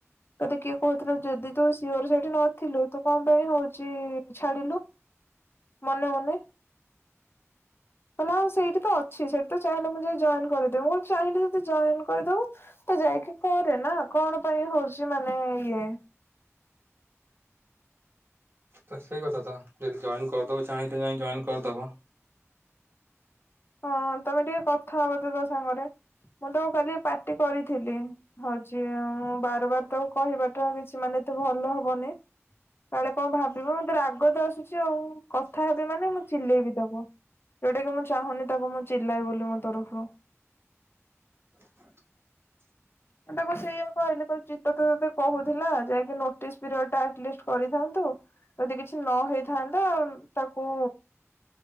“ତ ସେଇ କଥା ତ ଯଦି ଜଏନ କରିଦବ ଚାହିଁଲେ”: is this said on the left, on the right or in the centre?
Right